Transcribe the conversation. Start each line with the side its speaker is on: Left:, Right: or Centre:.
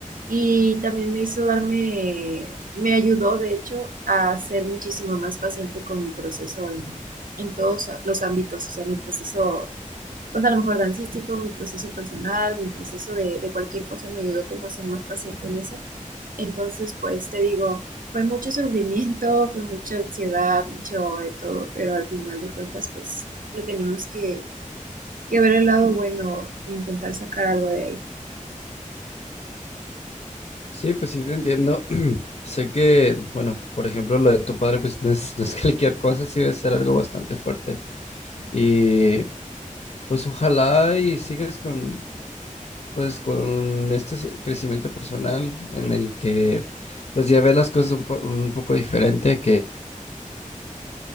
Right: Y también me hizo darme, me ayudó, de hecho, a ser muchísimo más paciente con mi proceso en, en todos los ámbitos, o sea, mi proceso, pues a lo mejor dancístico, mi proceso personal, mi proceso de, de cualquier cosa me ayudó como a ser más paciente en eso. Entonces, pues te digo, fue mucho sufrimiento, <laughs> fue mucha ansiedad, mucho de todo, pero al final de cuentas, pues le tenemos que, que ver el lado bueno e intentar sacar algo de ahí.
Left: Sí, pues sí te entiendo. <clears throat> Sé que, bueno, por ejemplo, lo de tu padre, pues no es, no es <laughs> cualquier cosa, sí debe ser algo bastante fuerte. Y pues ojalá y sigas con, pues, con este se- crecimiento personal en el que, pues ya ves las cosas un, po- un poco diferente, que,